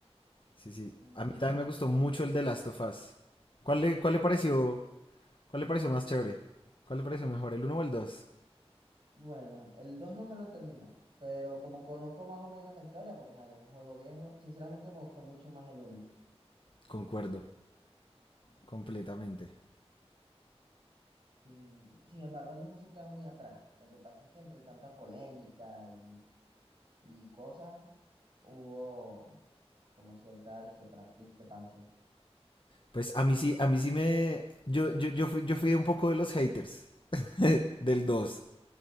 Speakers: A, on the left (about 50°); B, on the right (about 50°).
A: sí, sí.
B: Mm,
A: A mí también me gustó
B: a
A: mucho
B: ver.
A: el de Last of Us. ¿Cuál le, cuál le pareció, cuál le pareció más chévere? ¿Cuál le pareció mejor, el uno o el dos
B: Bueno, el 2 no me lo he terminado, pero como conozco más o menos la historia, porque ajá, ya es un juego viejo, sinceramente me gustó mucho más el uno
A: Concuerdo. completamente.
B: Sin, sin embargo, el 2 no se queda muy atrás. Lo que pasa es que entre tanta polémica y, y cosas, hubo como cierta disquepra- discrepancia.
A: Pues a mí sí, a mí sí me. Yo, yo, yo fui, yo fui un poco de los haters <laughs> del dos